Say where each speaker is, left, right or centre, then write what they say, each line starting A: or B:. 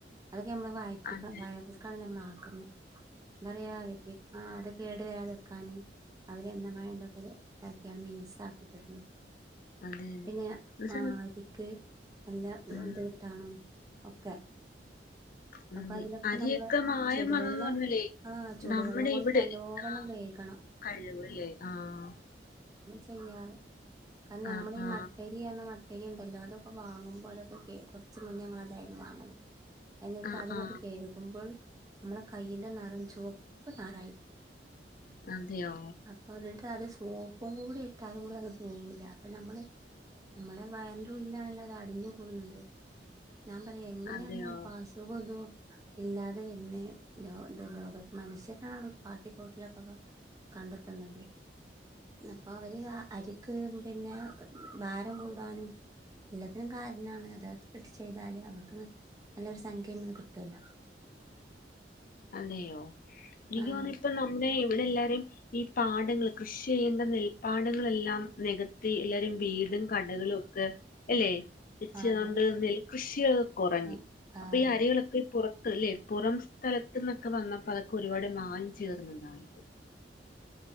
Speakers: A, on the right (about 20°); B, on the left (about 50°).
A: അതൊക്കെ നമ്മള് വഴറ്റി
B: അതെ
A: ക്ക വയാണ നമ്മൾ ആക്കുന്നത്. മറയാവറ്റെ ആഹ് അതെ കേടു വരാതിക്കാന് അവര് എണ്ണ മഴ എന്തൊക്കെ ഇതാക്കിയാണ് മിനുസ ആക്കിതെരുന്നേ.
B: അതെ അതെ എന്നുവെച്ചാ
A: പിന്നെ ആഹ് അരിക്ക് അല്ല എന്ത്
B: ഉം
A: കിട്ടാണം ഒക്കെ.
B: ഉന്തെ
A: അപ്പൊ അതിലൊക്കെ
B: അരിയൊക്കെ
A: നമ്മള്
B: മായം
A: ചുടുവെള്ളം
B: വന്നെന്ന് പറഞ്ഞില്ലേ
A: ആഹ് ചുടുവെള്ളം
B: നമ്മുടെ
A: കൊണ്ട്
B: ഇവിട്
A: നല്ലോവണ്ണം
B: ആഹ്.
A: കഴുകണം
B: കഴിവ് ല്ലേ ആഹ്.
A: ചെയ്യാറ് കാരണം
B: ആ
A: നമ്മളെ ഈ
B: ആ
A: മട്ടെരിയറഞ ട്ടെരി ഉണ്ടല്ലോ അതൊക്കെ വാങ്ങുമ്പോ അതൊക്കെ കെ കുറച്ച് മുന്നേ ഞങ്ങള് അതായിരുന്നു വാങ്ങുന്നെ എൻ ത
B: ആ
A: അതങ്ങട്ട്
B: ആ
A: കെഴുകുമ്പോൾ നമ്മളെ കൈയിലെ നെറം ചുവപ്പ് നെറായിരിക്കും.
B: അതെയോ?
A: അപ്പൊ അതിട്ട അത് സോപ്പും കൂടി ഇട്ടാലും കൂടി അത് പോവൂല അപ്പൊ നമ്മള് നമ്മളെ വയറിന്റെ ഉള്ളിലാണല്ലോ അത് അടിഞ്ഞു കൂടുന്നത് ഞാൻ പറയാ എങ്ങനെയാണ്
B: അതെയോ
A: അത് പാസ് തുകൊന്തോ. ഇല്ലാതെ വെരുന്നെ ലോ ഇത് ലോക മനുഷ്യാണ് ഈ കാട്ടി കൂട്ടലൊക്കെ കണ്ടെത്തുന്നതെ. അപ്പൊ അവര് ആ അരിക്ക് പിന്നെ ഭാരം കൂടാനും എല്ലാത്തിനും കാരനാണ് അത് ഇട്ട് ചെയ്താല് അവർക്ക്ന്ന് സംങ്ക്യം ഒന്ന് കിട്ടും അല്ലോ.
B: അതെയോ എനിക്ക്
A: ആഹ്
B: തോന്ന് ഇപ്പ നമ്മെ ഇവിടെ എല്ലാരേം ഈ പാടങ്ങൾ കൃഷി ചെയ്യേണ്ട നെൽപ്പാടങ്ങളെല്ലാം നികത്തി എല്ലാരും വീട് കടകൾ ഒക്കെ അല്ലേ. വെച്ച്
A: അതെ
B: കൊണ്ട് നെൽ കൃഷികള് കുറഞ്ഞ്
A: ആഹ്
B: അപ്പൊ
A: ആഹ്
B: ഈ അരികളൊക്കെ ഈ പുറത്ത് അല്ലെ പുറം സ്ഥലത്ത് ന്നൊക്കെ വന്നപ്പോ അതൊക്കെ ഒരുപാട് മായം ചേർന്നതായിണ്ട്.